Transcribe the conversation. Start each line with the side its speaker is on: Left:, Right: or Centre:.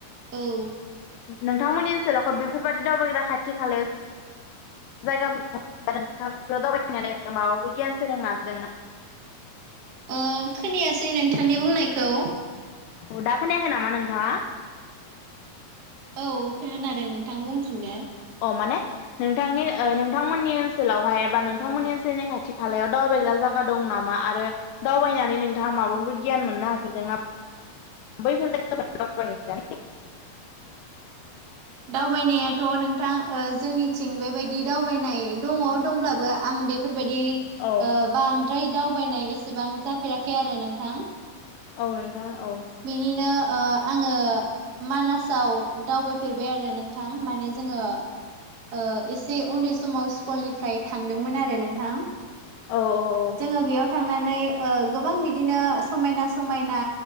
Right: औ
Left: नोंथांमोननि ओनसोलाव बेफोरबादि दावबायग्रा खाथि खालायाव जायगाफोरखौथ दावबायनानै माबाफोर गियान सोलोंनो नाजिरदों ना
Right: ओ खोनायासै नोंथांनि बुंनायखौ
Left: अ दा खोनायाखै नामा नोंथाङा?
Right: औ खोनादों नोंथां बुंफिनदो
Left: अ माने नोंथांनि ओ नोंथांमोननि ओनसोलावहाय बा नोंथांमोननि ओनसोलनि खाथि खालायाव दावबायग्रा जाग जायगा दं नामा? आरो दावबायनानै नोंथाङा माबाफोर गियान मोननो हाफेरदों नाम बैफोर <unintelligible>
Right: दावबायनायाथ' नोंथां जोंनिथिं बेबायदि दावबायनाय दङ दंब्लाबो आं बे फोरबायदि
Left: औ
Right: बांद्राय दावबायनाय एसेबां जाफेराखै आरो नोंथां
Left: औ नोंथां औ
Right: बिनिनो ओ आङो मानासाव दावबाय फैफेरबाय आरो नोंथां माने जोङो, ओ एसे उन्दै समाव स्कुलनिफ्राय थांदोंमोन आरो नोंथां,
Left: औ औ
Right: जोङो बेयाव थांनानै ओ गोबां बिदिनो समायना समायना,